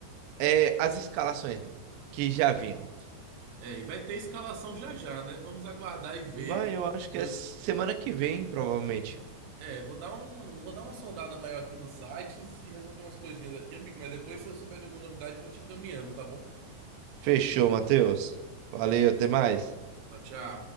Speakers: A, on the right (about 90°); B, on the right (about 65°).
A: é, as escalações dele, que já vinham.
B: É, e vai ter escalação já já, né? Vamos aguardar e ver.
A: Vai, eu acho que
B: Eu
A: é semana que vem, provavelmente.
B: É, vou dar um, vou dar uma sondada maior aqui nos sites e resolver umas coisinhas aqui, amigo. Mas depois, se eu souber de alguma novidade, eu vou te encaminhando, tá bom?
A: Fechou, Matheus. Valeu, até mais.
B: Tchau, tchau.